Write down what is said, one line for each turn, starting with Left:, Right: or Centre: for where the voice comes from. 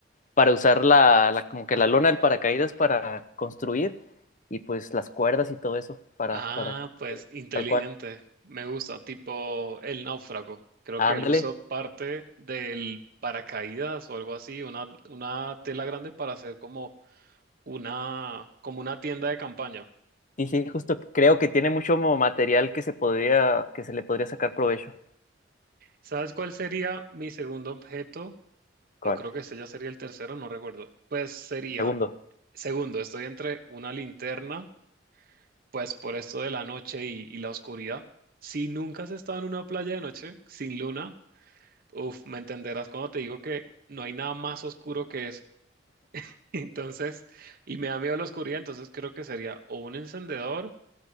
Left: para usar la, la- como que la lona del paracaídas para construir y pues las cuerdas y todo eso para,
Right: Ah,
Left: para construir,
Right: pues inteligente.
Left: tal cual.
Right: Me gusta, tipo el náufrago. Creo
Left: Ándale.
Right: que él usó parte del paracaídas o algo así, una, una tela grande para hacer como una, como una tienda de campaña.
Left: Y sí, justo creo que tiene mucho mo- material que se podría, que se le podría sacar provecho.
Right: ¿Sabes cuál sería mi segundo objeto?
Left: ¿Cuál?
Right: O creo que este ya sería el tercero, no recuerdo. Pues sería,
Left: Segundo.
Right: segundo, estoy entre una linterna pues por esto de la noche y, y la oscuridad. Si nunca has estado en una playa de noche sin luna, uff, me entenderás cuando te digo que no hay nada más oscuro que eso. <laughs> Entonces, y me da miedo la oscuridad, entonces creo que sería o un encendedor